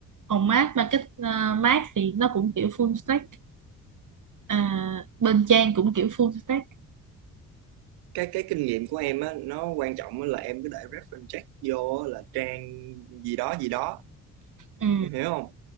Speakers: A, on the right; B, on the right.
A: còn Mác market uh, Mác thì nó cũng kiểu full stack à, bên Trang cũng kiểu full stack
B: cái cái kinh nghiệm của em á nó quan trọng á là em cứ để reference check vô á là trang gì đó gì đó
A: ừ.
B: em hiểu không